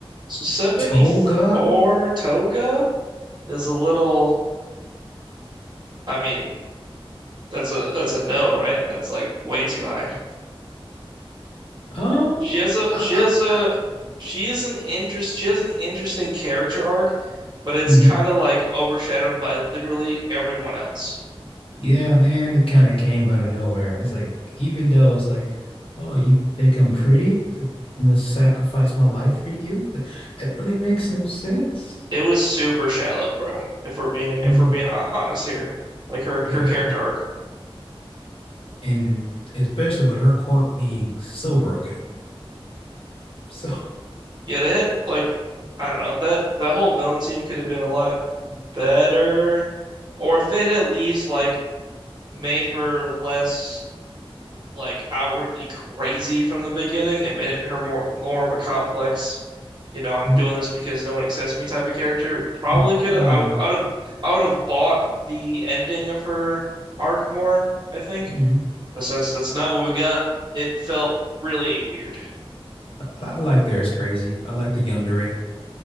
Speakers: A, on the right; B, on the left.
A: So 74
B: Toga?
A: Toga is a little, I mean, that's a that's a no, right? That's like way too high.
B: Um,
A: She has a
B: I,
A: she
B: I,
A: has a she is an interest she has an interesting character arc, but it's
B: hmm
A: kind of like overshadowed by literally everyone else.
B: Yeah, and it kind of came out of nowhere. It's like, even though it's like, oh, you think I'm pretty? It's like, I'm gonna sacrifice my life for you? It really makes no sense.
A: It was super shallow, bro, if we're being if
B: Mm,
A: we're being ho- honest here. Like her her
B: yeah,
A: character
B: like,
A: arc.
B: and especially with her quirk being so broken. <laughs> So,
A: Yeah, they had like I don't know, that that whole villain team could have been a lot better. Or if they had at least like made her less like outwardly crazy from the beginning It made it her more more of a complex, you know, I'm
B: mm,
A: doing this because no one accepts me type of character. It Probably
B: mm,
A: could
B: oh
A: have I
B: yeah.
A: I would have I would have bought the ending of her arc more, I think.
B: hmm
A: But since that's not what we got, it felt really weird.
B: I like theirs crazy. I like the yandere.